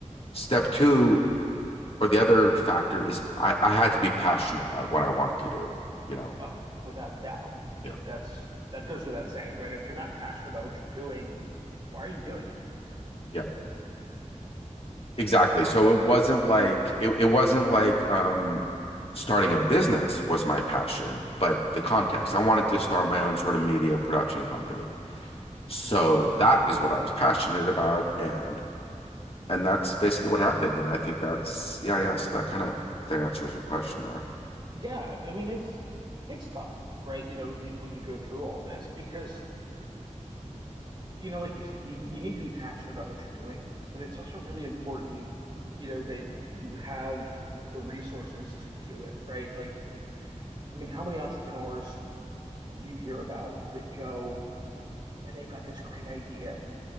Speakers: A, on the left; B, on the right.
A: step two or the other factor is I, I had to be passionate about what I wanted to do, you know.
B: Oh, without a doubt.
A: Yeah.
B: Like that's that goes without saying, right? If you're not passionate about what you're doing, why are you doing it?
A: Yeah, exactly. So it wasn't like it, it wasn't like um starting a business was my passion, but the context. I wanted to start my own sort of media production company. So that is what I was passionate about and and that's basically what happened. And I think that's yeah, yeah. So that kind of if that answers your question there.
B: Yeah, I mean it's it's tough, right? You know, when we- when you go through all this because you know, like you said, you you need to be passionate about what you're doing, but it's also really important, you know, that you have the resources to do it, right? Like, I mean, how many entrepreneurs do you hear about that go and they've got this great idea